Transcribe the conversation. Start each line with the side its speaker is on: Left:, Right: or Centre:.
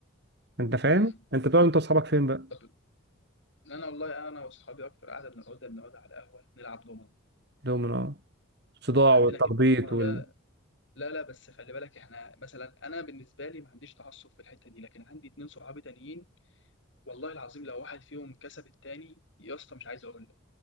Right: انت فاهم
Left: امم
Right: انت بتقعد انت واصحابك فين بقى
Left: طب انا والله انا واصحابي اكتر قاعده بنقعد بنقعد على القهوه نلعب دومنه
Right: دومينو الصداع
Left: إحنا
Right: والتخبيط
Left: عندنا كيف الضمنه
Right: وال...
Left: ده لا لا بس خلي بالك احنا مثلا انا بالنسبه لي ما عنديش تعصب في الحته دي لكن عندي اتنين صحابي تانيين والله العظيم لو واحد فيهم كسب التاني يا اسطى مش عايز اقول لك